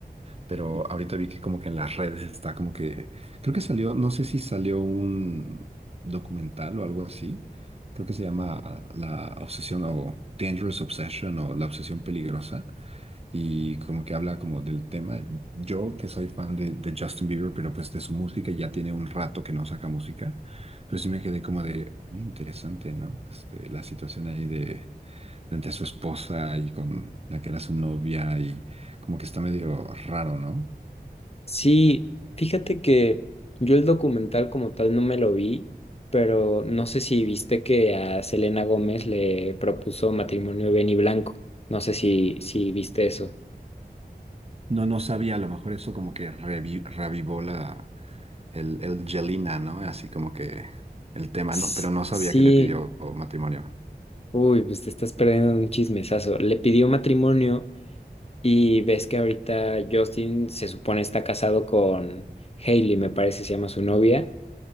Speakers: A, on the right; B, on the left.
A: pero ahorita vi que como que en las redes está como que, creo que salió, no sé si salió un documental o algo así, creo que se llama La Obsesión o Dangerous Obsession o La Obsesión Peligrosa y como que habla como del tema. Yo que soy fan de, de Justin Bieber, pero pues de su música, ya tiene un rato que no saca música, pero sí me quedé como de, muy interesante, ¿no? Este, la situación ahí de, de entre su esposa y con la que era su novia y como que está medio raro, ¿no?
B: Sí, fíjate que yo el documental como tal no me lo vi, pero no sé si viste que a Selena Gómez le propuso matrimonio Benny Blanco. No sé si, si viste eso.
A: No, no sabía, a lo mejor eso como que revi- revivó la, el, el Jelena, ¿no? Así como que el tema,
B: S-
A: ¿no? Pero no sabía
B: Sí,
A: que le pidió matrimonio.
B: uy, pues te estás perdiendo de un chismesazo. Le pidió matrimonio y ves que ahorita Justin se supone está casado con Hailey, me parece se llama su novia,